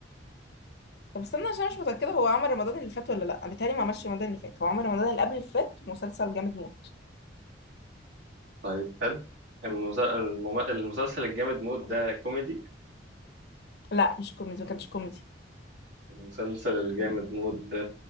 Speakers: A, on the left (about 60°); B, on the right (about 75°).
A: طب استنى عشان مش متأكدة هو عمل رمضان اللي فات ولا لا بالتالي ما عملش رمضان اللي فات هو عمل رمضان اللي قبل اللي فات مسلسل جامد موت
B: طيب حلو المس- المم- المسلسل الجامد مود ده كوميدي
A: لا مش كوميدي ما كانش كوميدي
B: المسلسل الجامد مود ده